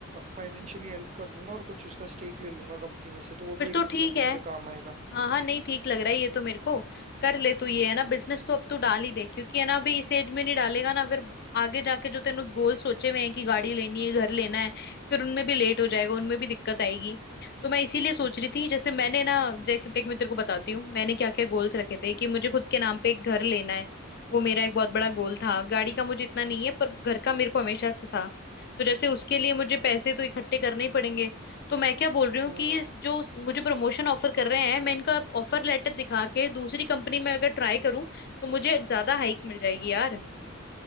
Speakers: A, on the right; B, on the left.
A: फाइनेंशियली हेल्प कर दूंगा और कुछ उसका स्टेक ले लूंगा कंपनी में से तो वो
B: फिर
A: भी एक
B: तो
A: बिजनेस
B: ठीक
A: में
B: है
A: मेरे काम आएगा
B: हाँ हाँ नहीं ठीक लग रहा है ये तो मेरे को कर ले तू ये है ना बिजनेस तो अब तू डाल ही दे क्योंकि है ना अभी इस एज में नहीं डालेगा ना फिर आगे जाके जो तेने गोल सोचे हुए हैं कि गाड़ी लेनी है घर लेना है फिर उनमें भी लेट हो जाएगा उनमें भी दिक्कत आएगी तो मैं इसीलिए सोच रही थी जैसे मैंने ना देख देख मैं तेरे को बताती हूँ मैंने क्या क्या गोल्स रखे थे कि मुझे खुद के नाम पे एक घर लेना है वो मेरा एक बहुत बड़ा गोल था गाड़ी का मुझे इतना नहीं है पर घर का मेरे को हमेशा से था तो जैसे उसके लिए मुझे पैसे तो इकट्ठे करने ही पड़ेंगे तो मैं क्या बोल रही हूँ
A: हाँ
B: कि ये जो स- मुझे प्रमोशन ऑफर कर रहे हैं मैं इनका ऑफर लेटर दिखा के दूसरी कंपनी में अगर ट्राई करूँ तो मुझे ज्यादा हाइक मिल जाएगी यार